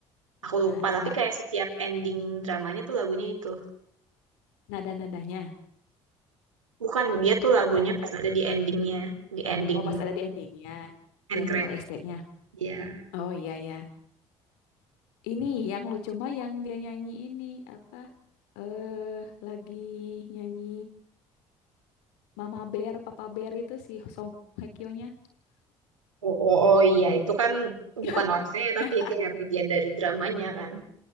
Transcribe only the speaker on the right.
aku
lupa.
Tapi kayak setiap ending dramanya tuh lagunya itu.
Bukan, dia tuh lagunya
pas ada di endingnya. Di ending
end
credit.
Iya.
Oh, oh, oh, iya, itu kan
bukan OST tapi kayak bagian dari dramanya kan.